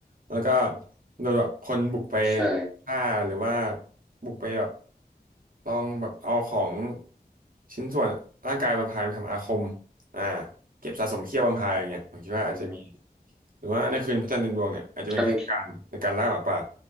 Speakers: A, on the right; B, in the centre.
A: แล้วก็โดนแบบคนบุกไป
B: ใช่
A: ฆ่าหรือว่าบุกไปแบบลองแบบเอาของชิ้นส่วนร่างกายบัมพายมาทำอาคมอ่าเก็บสะสมเขี้ยวบัมพายอย่างเงี้ยผมคิดว่าอาจจะมี
B: อื
A: หรือว่าในคืนพระจันทร์เต็มดวงเนี่ยอาจจะเป็นเทศกาลในการล่าหมาป่า
B: ม